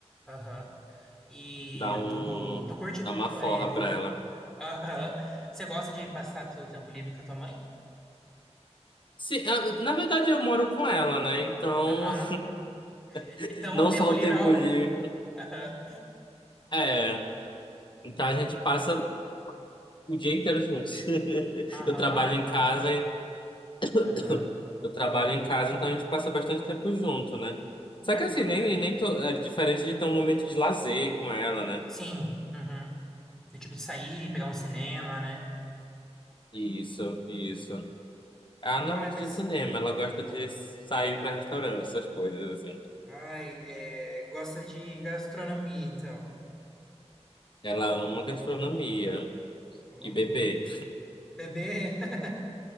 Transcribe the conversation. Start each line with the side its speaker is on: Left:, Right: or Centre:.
Centre: Aham. E
Left: Dar um,
Centre: tu, tu curte.
Left: dar uma forra
Centre: é, fa-
Left: pra ela.
Centre: Aham. Você gosta de passar teu tempo livre com a tua mãe?
Left: Se, ah, na verdade, eu moro com ela, né? Então,
Centre: Aham.
Left: <laughs>
Centre: Então
Left: não
Centre: o tempo
Left: só
Centre: livre
Left: o tempo
Centre: é o.
Left: livre.
Centre: Aham.
Left: É, então a gente passa. o dia inteiro juntos. <laughs>
Centre: Aham,
Left: Eu trabalho
Centre: ai.
Left: em casa, e-
Centre: Aham.
Left: <coughs> eu trabalho em casa, então a gente passa bastante tempo junto, né? Só
Centre: Ai,
Left: que assim,
Centre: que bacana.
Left: nem, nem tô é diferente de ter um momento de lazer com ela, né?
Centre: Sim. Uhum. Do tipo de sair, pegar um cinema, né?
Left: Isso, isso. Ela não
Centre: Ai,
Left: é muito
Centre: mas.
Left: de cinema, ela gosta de sair pra restaurante, essas coisas assim.
Centre: Ai, é, gosta de gastronomia, então.
Left: Ela ama gastronomia
Centre: Ô,
Left: e
Centre: louco.
Left: beber,
Centre: Bebê, <laughs>